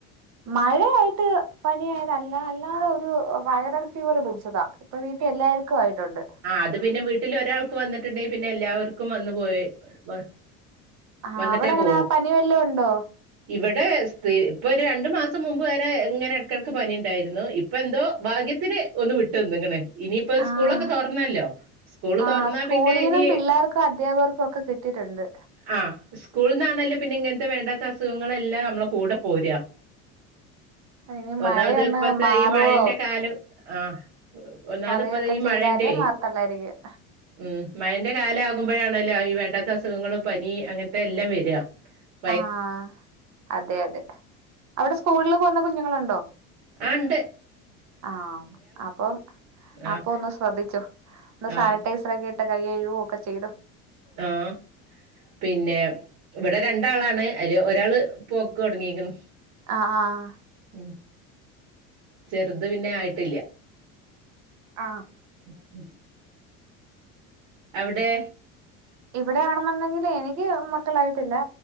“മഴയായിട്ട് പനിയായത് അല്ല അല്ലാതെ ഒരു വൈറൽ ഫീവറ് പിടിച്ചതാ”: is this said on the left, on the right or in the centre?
Right